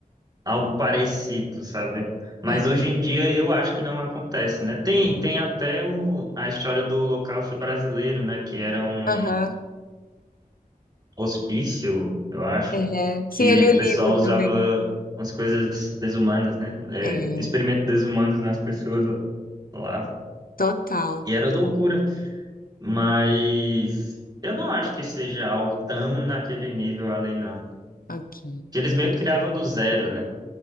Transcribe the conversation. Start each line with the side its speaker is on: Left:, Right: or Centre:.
Right: algo parecido, sabe? Mas
Left: Ah,
Right: hoje em dia eu acho que não acontece, né? Tem, tem até o, a história do Holocausto brasileiro, né? Que era um
Left: Aham.
Right: hospício, eu acho,
Left: Uhum.
Right: que
Left: Sim, eu li
Right: o
Left: o livro
Right: pessoal usava
Left: também.
Right: umas coisas desumanas, né? É,
Left: É.
Right: experimentos desumanos nas pessoas lá.
Left: Total.
Right: E era loucura. Mas eu não acho que seja algo tão naquele nível ali, não.
Left: Ok.
Right: Que eles meio que criavam do zero, né?